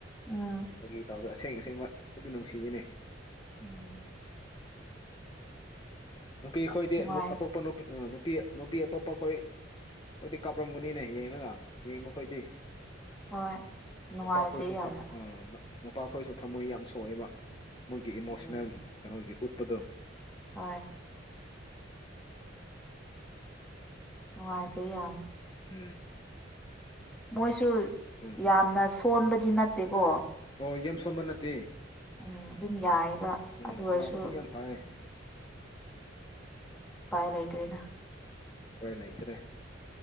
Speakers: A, in the centre; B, on the left.
A: ꯎꯝ
B: ꯑꯗꯨꯒꯤ ꯇꯧꯗꯣ ꯑꯁꯦꯡ ꯑꯁꯦꯡꯕ꯫ ꯑꯗꯨꯗꯤ ꯅꯨꯡꯁꯤꯌꯦꯅꯦ꯫
A: ꯎꯝ꯫
B: ꯅꯨꯄꯤ ꯑꯩꯈꯣꯏꯗꯤ
A: ꯅꯨꯡꯉꯥꯏ
B: ꯑꯇꯣꯞꯄ ꯅꯨꯄꯤ ꯅꯨꯄꯤ ꯅꯨꯄꯤ ꯑꯇꯣꯞꯄ ꯑꯩꯈꯣꯏ ꯑꯩꯈꯣꯏꯗꯤ ꯀꯥꯞꯂꯝꯒꯅꯤꯅ ꯌꯦꯡꯉꯒ ꯌꯦꯡꯕ ꯑꯩꯈꯣꯏꯗꯤ
A: ꯍꯣꯏ ꯅꯨꯡꯉꯥꯏꯇꯦ
B: ꯂꯄꯥꯈꯣꯏꯁꯨ
A: ꯌꯥꯝꯅ
B: ꯊ ꯅꯨꯄꯥꯈꯣꯏꯁꯨ ꯊꯝꯃꯣꯏ ꯌꯥꯝ ꯁꯣꯛꯑꯦꯕ ꯃꯣꯏꯒꯤ ꯏꯃꯣꯁꯟꯅꯜ
A: ꯎꯝ
B: ꯀꯩꯅꯣꯒꯤ ꯎꯠꯄꯗꯣ꯫
A: ꯍꯣꯏ꯫ ꯅꯨꯡꯉꯥꯏꯇꯦ ꯌꯥꯝ꯫
B: ꯎꯝ꯫
A: ꯃꯣꯏꯁꯨ
B: ꯎꯝ
A: ꯌꯥꯝꯅ
B: ꯎꯝ
A: ꯁꯣꯟꯕꯗꯤ ꯅꯠꯇꯦꯀꯣ꯫
B: ꯑꯣ ꯌꯥꯝ ꯁꯣꯟꯕ ꯅꯠꯇꯦ
A: ꯎꯝ ꯑꯗꯨꯝ ꯌꯥꯏꯕ
B: ꯎꯝ
A: ꯑꯗꯨ
B: ꯁꯅꯥꯄꯗꯤ
A: ꯑꯣꯏꯔꯁꯨ
B: ꯌꯥꯝ ꯐꯩꯌꯦ꯫
A: ꯄꯥꯏ ꯂꯥꯏꯇ꯭ꯔꯦ꯫
B: ꯍꯣꯏ ꯂꯩꯇ꯭ꯔꯦ꯫